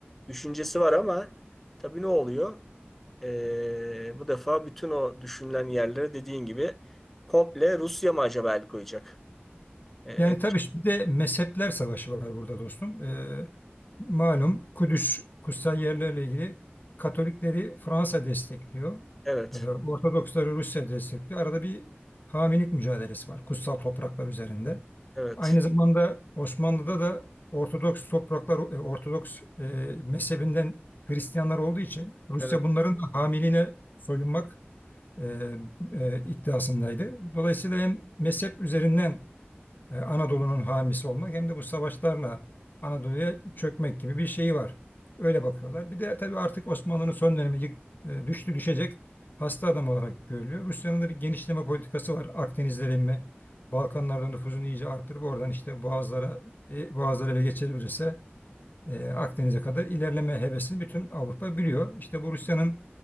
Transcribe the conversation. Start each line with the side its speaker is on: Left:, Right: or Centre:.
Centre: düşüncesi var ama tabii ne oluyor? E, bu defa bütün o düşünülen yerlere dediğin gibi komple Rusya mı acaba el koyacak? E,
Left: Yani tabii bir de mezhepler savaşı var burada dostum. Ee, malum Kudüs, kutsal yerlerle ilgili Katolikleri Fransa destekliyor.
Centre: evet,
Left: Ee, Ortodoksları Rusya destekliyor. Arada bir hamilik mücadelesi var kutsal topraklar üzerinde.
Centre: evet,
Left: Aynı zamanda Osmanlı'da da Ortodoks topraklar, e, Ortodoks e, mezhebinden Hristiyanlar olduğu için Rusya
Centre: evet,
Left: bunların da hamiliğine soyunmak e, e, iddiasındaydı. Dolayısıyla hem mezhep üzerinden e, Anadolu'nun hamisi olmak hem de bu savaşlarla Anadolu'ya çökmek gibi bir şeyi var. Öyle bakıyorlar. Bir de tabii artık Osmanlı'nın son dönemi yık- e, düştü düşecek hasta adam olarak görülüyor. Rusya'nın da bir genişleme politikası var. Akdenizlere inme, Balkanlardan nüfuzunu iyice arttırıp oradan işte Boğazlara, e, Boğazları ele geçirebilirse e, Akdeniz'e kadar ilerleme hevesini bütün Avrupa biliyor. İşte bu Rusya'nın